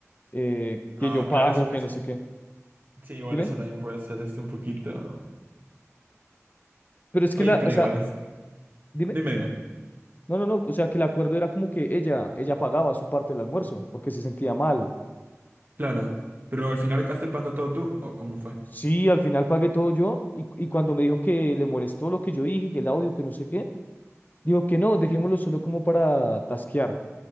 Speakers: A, on the left (about 35°); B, on the right (about 40°).
A: eh, que
B: Ah,
A: yo pago,
B: claro, eso,
A: que
B: eso,
A: no sé qué.
B: sí, igual
A: Dime,
B: eso también puede ser esto un poquito.
A: pero es
B: Oye,
A: que la,
B: pero
A: o sea,
B: igual es.
A: dime,
B: Dime, dime.
A: no, no, no, o sea, que el acuerdo era como que ella, ella pagaba su parte del almuerzo, porque se sentía mal.
B: Claro. Pero al final acabaste pagando todo tú, ¿o cómo fue?
A: Sí, al final pagué todo yo, y, y cuando me dijo que le molestó lo que yo dije, que el audio, que no sé qué, dijo que no, dejémoslo solo como para tasquear,